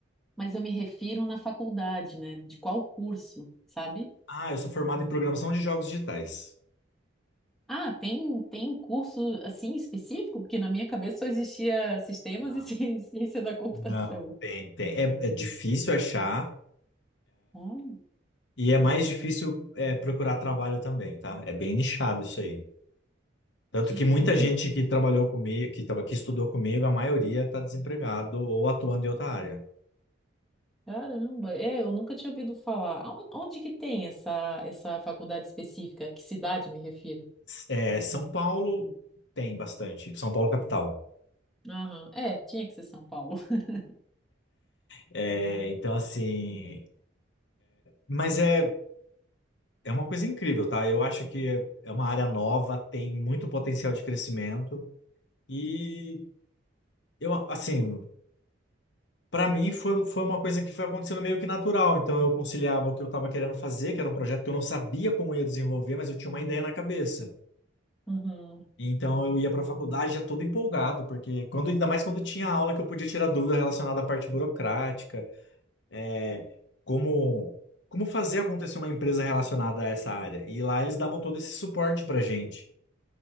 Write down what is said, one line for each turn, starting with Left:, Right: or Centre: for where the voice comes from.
Centre: mas eu me refiro na faculdade, né? De qual curso, sabe?
Left: Ah, eu sou formado em programação de jogos digitais.
Centre: Ah, tem, tem curso assim específico? Porque na minha cabeça só existia sistemas
Left: Não,
Centre: e <laughs> ci- ciência da computação.
Left: não, tem, tem. É, é difícil achar
Centre: Olha,
Left: e é mais difícil é, procurar trabalho também, tá? É bem nichado isso aí. Tanto
Centre: que
Left: que muita
Centre: curioso.
Left: gente que trabalhou comigo, que, traba- que estudou comigo, a maioria está desempregado ou atuando em outra área.
Centre: Caramba, é, eu nunca tinha ouvido falar. Aon- Onde que tem essa, essa faculdade específica? Que cidade me refiro?
Left: É, São Paulo tem bastante, São Paulo capital.
Centre: Aham, É, tinha que ser São Paulo. <laughs>
Left: É, então, assim, Mas é, é uma coisa incrível, tá? Eu acho que é uma área nova, tem muito potencial de crescimento. E eu, assim, pra mim foi, foi uma coisa que foi acontecendo meio que natural. Então eu conciliava o que eu estava querendo fazer, que era um projeto que eu não sabia como ia desenvolver, mas eu tinha uma ideia na cabeça.
Centre: Uhum.
Left: Então eu ia pra faculdade já todo empolgado, porque quando, ainda mais quando tinha aula que eu podia tirar dúvida relacionada à parte burocrática. é, como como fazer acontecer uma empresa relacionada a essa área. E lá eles davam todo esse suporte pra gente.